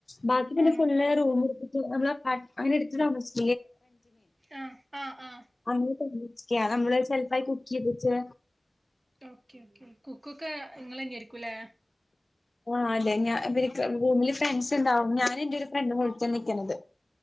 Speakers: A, on the left (about 45°); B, on the right (about 45°).
A: ബാക്കി പിന്നെ
B: ആണോ
A: ഫുള്ള് റൂമ് എടുതിട്ട് നമ്മള അങ്ങനെ എടുത് താമസി
B: ആഹ് ആഹ് ആഹ്
A: അങ്ങനെ കഞ്ഞികുടിക്ക അത് നമ്മള് സെൽഫായി കുക്ക് ചെയ്തിട്ട്
B: ഓക്കെ ഓക്കേ ഒക്കെ കുക്കൊക്കെ നിങ്ങളന്നെ ആയിരിക്കുല്ലേ
A: ആഹ് അതെ ഞാ ഇവരക് റുമില് ഫ്രണ്ട്സ്ണ്ടാവും ഞാൻ എന്റെ ഒരു ഫ്രണ്ട് വിളിച്ചൽ നിൽക്കുന്നത്